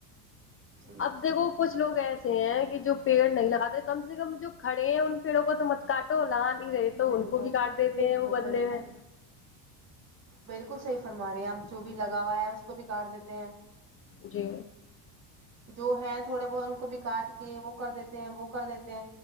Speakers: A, on the right; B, on the left.
A: جی
B: اب
A: جی
B: دیکھو کچھ لوگ ایسے ہوتے ہیں کے جو پیڑ نہیں لگاتے کم سے کم جو کھڑے ہیں ان پیڑوں کو تو مت کاٹ و تو لگا نہیں رہے
A: بالکل
B: تو ان کو بھی کاٹ دیتے
A: بالکل
B: ہیں وہ بدلے
A: بالکل بالکل
B: میں
A: بالکل صحیح فرما رہی ہے آپ جو بھی لگا ہوا ہے اس کو بھی کاٹ دیتے ہیں
B: جی
A: جو ہے تھوڑے بہت ان کو بھی کاٹ کے وہ کردیتے ہیں وہ کردیتے ہیں